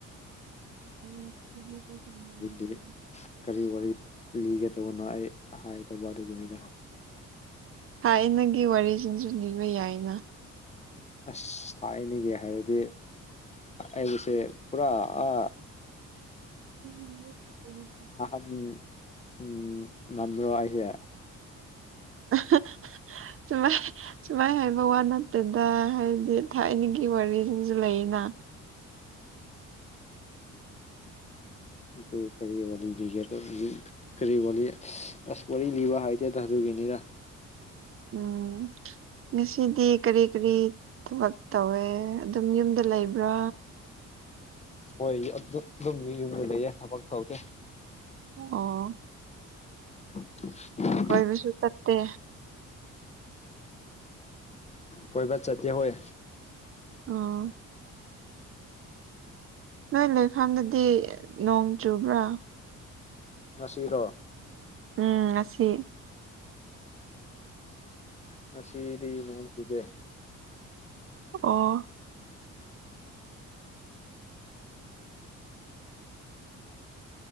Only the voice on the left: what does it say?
ꯑꯗꯨꯗꯤ ꯀꯔꯤ ꯋꯥꯔꯤ ꯂꯤꯒꯗꯧꯕꯅꯣ ꯑꯩ ꯍꯥꯏꯗꯕ ꯑꯗꯨꯒꯤꯅꯤꯅ
ꯑꯁ ꯊꯥꯢꯅꯒꯤ ꯍꯥꯏꯔꯗꯤ ꯑꯩꯁꯦ ꯄꯨꯔꯥ ꯑ
<unintelligible> ꯃꯟꯕ꯭ꯔꯣ ꯍꯥꯏꯁꯦ
<unintelligible> ꯂꯤꯒꯦ ꯗꯨꯝ <unintelligible> ꯀꯔꯤ ꯋꯥꯂꯤ ꯑꯁ ꯋꯥꯔꯤ ꯂꯤꯕ ꯍꯥꯏꯗꯦꯗ ꯑꯗꯨꯒꯤꯅꯤꯗ
ꯍꯣꯏ ꯑꯗꯨꯝ ꯌꯨꯝꯗ ꯂꯩꯌꯦ ꯊꯕꯛ ꯇꯧꯗꯦ
<inaudible>
ꯀꯣꯏꯕ ꯆꯇꯦ ꯍꯣꯏ
ꯉꯁꯤꯔꯣ
ꯉꯁꯤꯗꯤ ꯅꯣꯡ ꯆꯨꯗꯦ